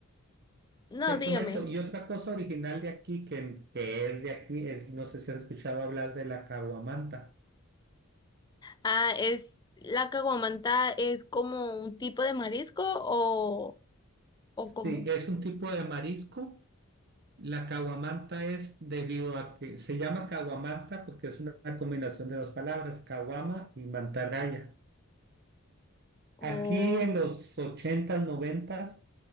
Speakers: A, on the left (about 20°); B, on the right (about 50°).
A: No,
B: Te
A: dígame.
B: comento, y otra cosa original de aquí, que, que es de aquí, es, no sé si has escuchado hablar de la caguamanta.
A: Ah, es, la caguamanta es como un tipo de marisco o, o cómo?
B: Sí, es un tipo de marisco. La caguamanta es debido a que se llama caguamanta porque es una combinación de dos palabras, caguama y mantarraya.
A: Oh,
B: Aquí en los ochentas noventas